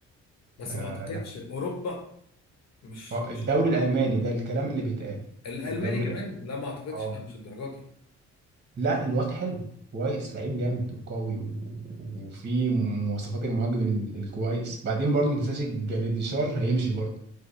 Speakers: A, on the left; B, on the right.
A: بس
B: آه
A: ما أعتقدش
B: لا
A: أوروبا مش
B: آه
A: مش
B: الدوري الالماني ده الكلام اللي بيتقال
A: الألماني
B: الدوري
A: كمان
B: الالماني
A: لا ما أعتقدش
B: اه
A: لا مش الدرجات دي
B: لا الواد حلو كويس لعيب جامد وقوي و... وفي مواصفات المهاجم ال- الكويس بعدين برضو ما تنساش الجراديشار هيمشي برضو